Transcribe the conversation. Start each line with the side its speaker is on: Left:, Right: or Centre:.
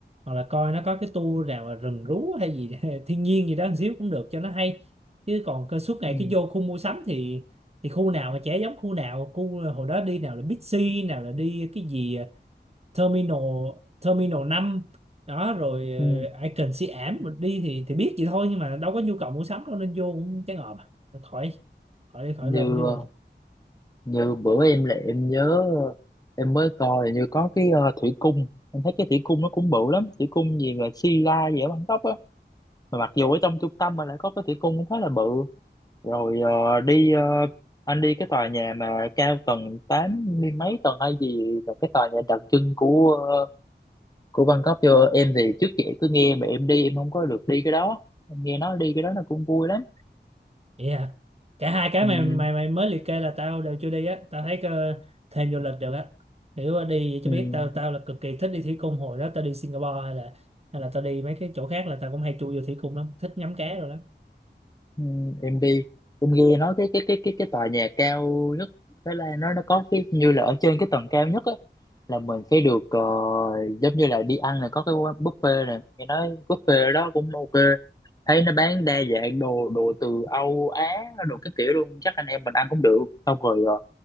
Right: hoặc là coi nó có cái tour nào mà rừng rú hay gì <laughs> thiên nhiên gì đó một xíu cũng được cho nó hay chứ còn cơ suốt ngày
Left: ừ.
Right: cứ vô khu mua sắm thì thì khu nào mà chả giống khu nào khu hồi đó đi nào là Big C nào là đi cái gì ờ, Terminal Terminal năm đó rồi
Left: Ừ.
Right: ờ, Icon Siam ảm mình đi thì thì biết vậy thôi nhưng mà đâu có nhu cầu mua sắm đâu nên vô cũng chán ngợp à Thôi khỏi khỏi khỏi
Left: như
Right: lên cái lên
Left: ờ, như bữa em là em nhớ ờ, em mới coi như có cái ờ, thủy cung em thấy cái thủy cung nó cũng bự lắm thủy cung gì mà Sila la gì ở Bangkok á mà mặc dù ở trong trung tâm mà lại có cái thủy cung cũng khá là bự rồi ờ, đi ờ, anh đi cái tòa nhà mà cao tầng tám mươi mấy tầng hay gì là cái tòa nhà đặc trưng của ờ, của Bangkok chưa em thì trước vậy cứ nghe mà em đi em không có được đi cái đó em nghe nói đi cái đó nó cũng vui lắm
Right: yeah. cả hai cái
Left: ừ,
Right: mày mày mày mới liệt kê là tao đều chưa đi á tao thấy ờ, thêm vô lịch được á kiểu ờ, đi cho
Left: ừ.
Right: biết tao tao là cực kỳ thích đi thủy cung hồi đó tao đi Singapore hay là hay là tao đi mấy cái chỗ khác là tao cũng hay chui vô thủy cung lắm thích ngắm cá rồi đó
Left: Ừ, em đi em nghe nói cái cái cái cái cái tòa nhà cao nhất Thái Lan nó nó có cái như là ở trên cái tầng cao nhất á là mình sẽ được ờ, giống như là đi ăn là có cái quán buffet nè nghe nói buffet ở đó cũng ok thấy nó bán đa dạng đồ đồ từ Âu Á đồ cái kiểu luôn chắc anh em mình ăn cũng được xong rồi ờ,